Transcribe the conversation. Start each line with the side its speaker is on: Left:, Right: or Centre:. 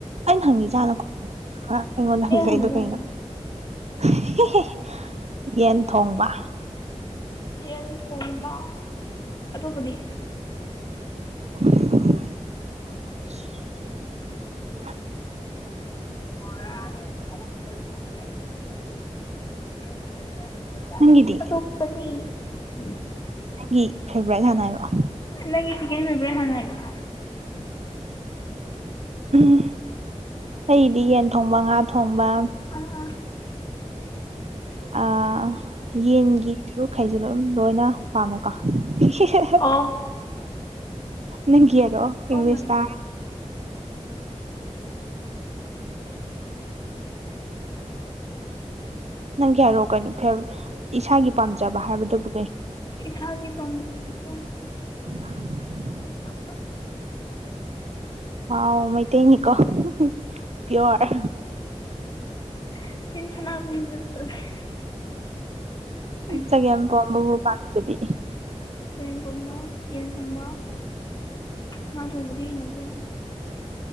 Right: ꯑꯩꯅ ꯍꯪꯉꯤꯖꯦ ꯍꯥꯟꯅ ꯈꯨꯝꯃꯣ ꯒ ꯑꯩꯉꯣꯟꯗ ꯍꯪꯖꯜꯂꯛꯢꯗꯣ
Left: ꯍꯪꯕꯁꯦ
Right: ꯀꯩꯅꯣ ꯍꯤꯍꯤꯍꯤ ꯌꯦꯟ ꯊꯣꯡꯕ
Left: ꯌꯦꯟ ꯊꯣꯡꯕ ꯑꯇꯣꯞꯄꯗꯤ
Right: <unintelligible>
Left: <unintelligible> <unintelligible>
Right: ꯅꯪꯒꯤꯗꯤ ꯒꯤ ꯐꯦꯕ꯭ꯔꯥꯏꯠ ꯍꯥꯟꯅ ꯍꯥꯢꯔꯛꯑꯣ
Left: ꯅꯪꯒꯤ ꯁꯤꯀꯦꯟ ꯐꯦꯕ꯭ꯔꯥꯢꯠ ꯍꯥꯟꯅ ꯍꯥꯏꯔꯛꯑꯣ
Right: ꯎꯝ ꯑꯩꯗꯤ ꯌꯦꯟ ꯊꯣꯡꯕ ꯉꯥ ꯊꯣꯡꯕ
Left: ꯑꯥ
Right: ꯑꯥ ꯌꯦꯟꯒꯤ ꯁꯔꯨꯛꯈꯩꯁꯦ ꯂꯣꯝ ꯂꯣꯏꯅ ꯄꯥꯝꯃꯦꯀꯣ ꯢꯍꯦꯍꯦꯍꯦ
Left: ꯑꯣ
Right: ꯅꯪꯒꯤ ꯍꯥꯢꯔꯛꯑꯣ ꯏꯪꯂꯤꯁꯇ
Left: ꯑꯣ ꯃꯥꯏ
Right: ꯅꯪꯒꯤ ꯍꯥꯏꯔꯛꯑꯣ ꯀꯩꯅꯣ ꯐꯦꯐ ꯏꯁꯥꯒꯤ ꯄꯥꯝꯖꯕ ꯍꯥꯏꯕꯗꯕꯨ
Left: ꯢꯁꯥꯒꯤ ꯄꯥꯝꯖꯕꯗ
Right: <inaudible>
Left: ꯍꯥ
Right: ꯋꯥꯎ ꯃꯩꯇꯩꯅꯤꯀꯣ ꯍꯝꯍꯝ ꯄꯤꯌꯣꯔ
Left: ꯑꯩꯈꯣꯢ ꯁꯅꯥꯃꯍꯤꯗ ꯆꯠꯂꯦ ꯑꯩ
Right: ꯏ ꯆꯒꯦꯝꯄꯣꯝꯕꯕꯨ ꯄꯥꯝꯖꯕꯤ
Left: ꯆꯒꯦꯝꯄꯣꯝꯕ ꯌꯦꯟ ꯊꯣꯡꯕ ꯉꯥ ꯊꯣꯡꯕꯗꯤ ꯍꯩꯅꯗꯦ